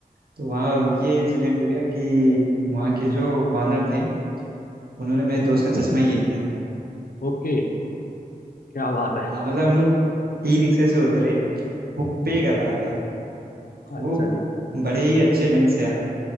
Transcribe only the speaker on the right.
तो वहाँ ये इंसिडेंट हो गया कि वहाँ के जो वानर थे उन्होंने मेरे
दोस्त का चश्मा ही ले लिया था
हाँ मतलब हम लोग ई रिक्शे से उतरे वो पे कर रहा था
वो
बड़े ही अच्छे ढंग से आए